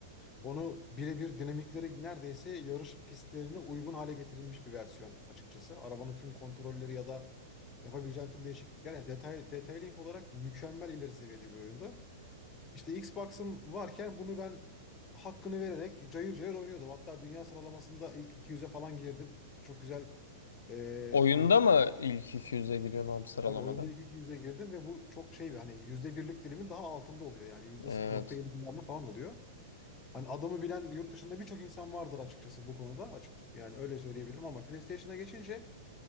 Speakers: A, on the left; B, on the left.
A: onu birebir dinamikleri neredeyse yarış pistlerine uygun hale getirilmiş bir versiyon açıkçası. Arabanın tüm kontrolleri ya da yapabileceğin tüm değişiklikler. Yani detay, detailing olarak mükemmel ileri seviyede bir oyundu. İşte Xbox'ım varken bunu ben hakkını vererek cayır cayır oynuyordum. Hatta dünya sıralamasında ilk 200'e falan girdim. Çok güzel e,
B: Oyunda
A: yani
B: mı ilk 200'e giriyorsun abi sıralamada?
A: Tabii oyunda ilk iki yüze girdim ve bu çok şey bir hani yüzde birlik dilimin daha altında oluyor. Yani yüzde
B: Evet.
A: 0.7 civarında falan oluyor. Hani adamı bilen yurt dışında birçok insan vardır açıkçası bu konuda. Açık, yani öyle söyleyebilirim ama PlayStation'a geçince